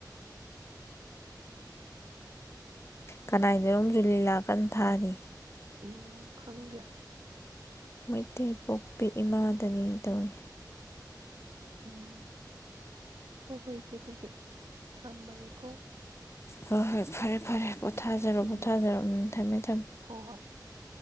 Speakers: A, on the left; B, on the right.
A: ꯀꯅꯥꯏꯅꯣꯝꯁꯨ ꯂꯤꯂꯥ ꯀꯟ ꯊꯥꯔꯤ
B: ꯎꯝ ꯈꯪꯗꯤꯌꯦ
A: ꯃꯩꯇꯩ ꯄꯣꯛꯄꯤ ꯏꯃꯥ ꯇꯅꯤ ꯇꯧꯔꯤ
B: ꯎꯝ ꯎꯝ ꯍꯣꯏ ꯍꯣꯏ ꯏꯆꯦ ꯑꯗꯨꯗꯤ ꯊꯝꯃꯒꯦꯀꯣ
A: ꯍꯣꯏ ꯍꯣꯏ ꯐꯔꯦ ꯐꯔꯦ ꯄꯣꯊꯥꯖꯔꯣ
B: ꯎꯝ
A: ꯄꯣꯊꯥꯖꯔꯣ ꯎꯝ ꯊꯝꯃꯦ ꯊꯝꯃꯦ
B: ꯍꯣꯏ ꯍꯣꯏ